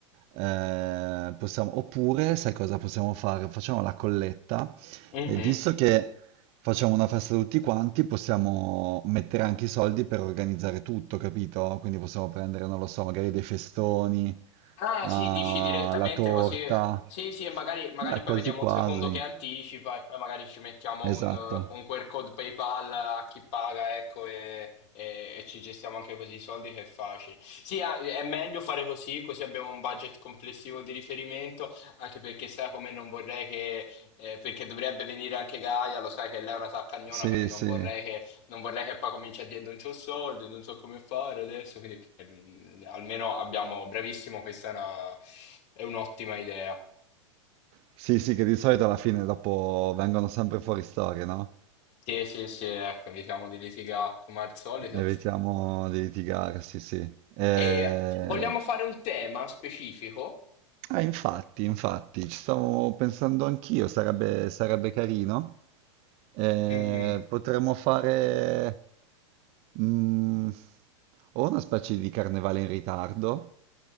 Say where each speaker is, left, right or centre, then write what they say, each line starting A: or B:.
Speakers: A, on the right; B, on the left.
A: eh, possiamo... Oppure, sai cosa possiamo fare? Facciamo la colletta
B: Mhm.
A: e visto che facciamo una festa tutti quanti, possiamo mettere anche i soldi per organizzare tutto, capito? Quindi possiamo prendere, non lo so, magari dei festoni
B: Ah,
A: Ah,
B: sì, dici direttamente
A: la torta.
B: così. Sì, sì, e magari, magari
A: Beh, quasi
B: poi vediamo
A: quasi,
B: un secondo che anticipa e poi magari ci mettiamo un,
A: esatto.
B: eh, un QR code PayPal a chi paga, ecco, e, e- e ci gestiamo anche così i soldi che è facile. Sì, ah, è meglio fare così, così abbiamo un budget complessivo di riferimento, anche perché sai come non vorrei che, eh, perché dovrebbe venire anche Gaia, lo sai che lei è una saccagnona,
A: Sì,
B: quindi non
A: sì.
B: vorrei non vorrei che poi cominci a dire non c'ho soldi, non so come fare adesso, quindi ehm, almeno abbiamo, bravissimo, questa è una, è un'ottima idea.
A: Sì, sì, che di solito alla fine dopo vengono sempre fuori storie, no?
B: Sì, sì, sì, ecco, evitiamo di litigare come al solito.
A: Evitiamo di litigare, sì, sì. Eh,
B: E vogliamo fare un tema specifico?
A: Ah, infatti, infatti, ci stavo pensando anch'io, sarebbe, sarebbe carino. Eh,
B: Mhm.
A: potremmo fare mm, o una specie di carnevale in ritardo,